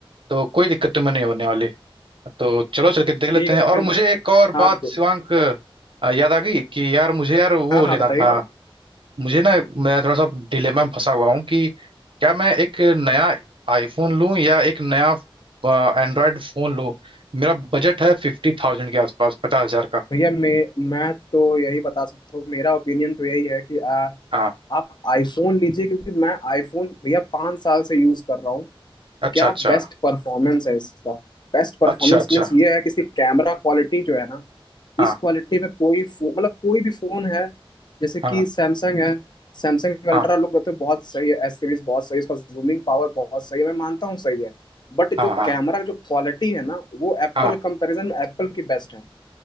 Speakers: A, on the right; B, on the left.
A: तो कोई दिक्कत तुम्हें नहीं होने वाली तो चलो चल के देख लेते
B: ठीक
A: हैं
B: है तो
A: और
B: फिर
A: मुझे एक और बात
B: हाँ दे-
A: शिवांक अ, याद आ गई कि यार मुझे यार वो
B: हाँ
A: लेना
B: हाँ बताइए
A: था मुझे ना मैं थोड़ा सा डिलेमा में फंसा हुआ हूँ कि क्या मैं एक नया आईफोन लूं या एक नया एंड्रॉयड फोन लूं मेरा बजट है फिफ्टी थाउजेंड के आसपास पचास हजार का
B: भैया मैं मैं तो यही बता सकता हूँ मेरा ओपिनियन तो यही है कि आ,
A: हाँ
B: आप आईफोन लीजिए क्योंकि मैं आईफोन भैया पाँच साल से यूज कर रहा हूँ
A: अच्छा
B: क्या
A: अच्छा
B: बेस्ट परफॉर्मेंस है इसका बेस्ट परफॉर्मेंस
A: अच्छा अच्छा
B: मीन्स ये है कि इसकी कैमरा क्वालिटी जो है ना
A: हाँ
B: इस क्वालिटी में कोई फो- मतलब कोई भी फोन है जैसे कि
A: हाँ
B: सैमसंग है सैमसंग अल्ट्रा
A: हाँ
B: लोग कहते हैं बहुत सही है एस सीरीज बहुत सही है इसका जूमिंग पावर बहुत सही है मैं मानता हूँ सही है बट
A: हाँ
B: जो
A: हाँ
B: कैमरा जो क्वालिटी है ना वो एप्पल
A: हाँ
B: कंपैरिजन में एप्पल की बेस्ट है